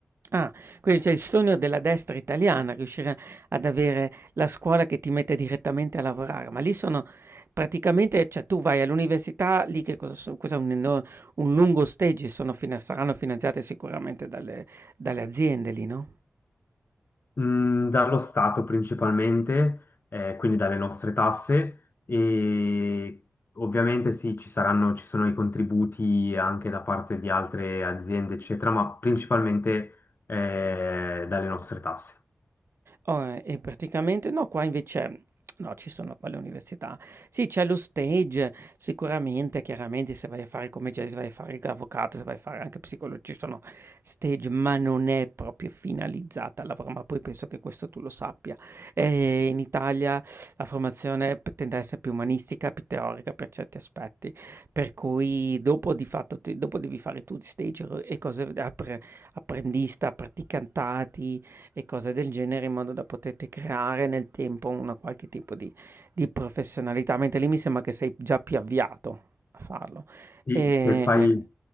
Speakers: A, on the right (about 60°); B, on the left (about 50°).
A: Ah, quindi c'è il sogno della destra italiana, riuscire ad avere la scuola che ti mette direttamente a lavorare, ma lì sono praticamente cioè tu vai all'università, lì che cosa so cos'è un eno un lungo stage, sono fina saranno finanziate sicuramente dalle dalle aziende lì, no?
B: Mm, dallo Stato principalmente, eh, quindi dalle nostre tasse e ovviamente sì, ci saranno, ci sono i contributi anche da parte di altre aziende, eccetera, ma principalmente eh, dalle nostre tasse.
A: Uhm, e praticamente no, qua invece no, ci sono qua le università. Sì, c'è lo stage, sicuramente, chiaramente se vai a fare il commerciale, se vai a fare l'avvocato, se vai a fare anche psicologo, ci sono stage, ma non è proprio finalizzata al lavoro, ma poi penso che questo tu lo sappia. Ehm, in Italia la formazione p tende a essere più umanistica, più teorica per certi aspetti, per cui dopo di fatto ti dopo devi fare tu stage e cose appre apprendista, praticantati, e cose del genere in modo da poterti creare nel tempo una qualche tipo di, di professionalità, mentre lì mi sembra che sei già più avviato a farlo.
B: Sì,
A: E,
B: se fai